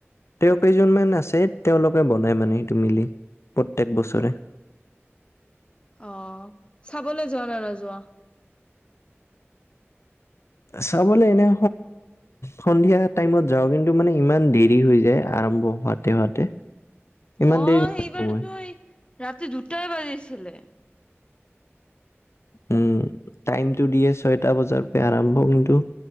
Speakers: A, on the left; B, on the left.
A: তেওঁ কেইজনমান আছে তেওঁওলোকে বনাই মানে সেইটো মিলি প্ৰত্যক বছৰে
B: অ চাবলৈ যোৱা নে নোযোৱা
A: চাবলৈ এনে সন্ধিয়া টাইমত যাওঁ কিন্তু মানে ইমান দেৰি হৈ যায় আৰম্ভ হোৱাতে হোৱাতে ইমান
B: অ'
A: দেৰি নাথাকো
B: সেইবাৰতো
A: মই
B: এই ৰাতি দুটাই বাজিছিলে।
A: উম, টাইমতটো দিয়ে ছয়টা বজাৰ পৰা আৰম্ভ কিন্তু